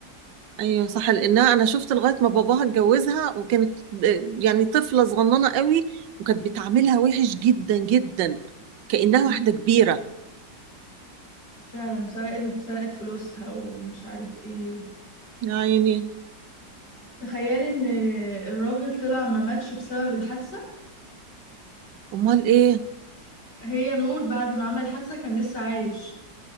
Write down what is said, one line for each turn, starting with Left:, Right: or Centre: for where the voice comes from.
Right: ايوه صح لانها انا شفت لغايه ما باباها اتجوزها وكانت آه، يعني طفله صغننه قوي وكانت بتعاملها وحش جدا جدا كانها
Left: م.
Right: واحده كبيره
Left: فعلا سرقت وسرقت فلوسها ومش عارف ايه
Right: يا عيني
Left: تخيلي ان الراجل طلع ما ماتش بسبب الحادثة
Right: امال ايه
Left: هي نور بعد ما عمل الحادثة كان لسه عايش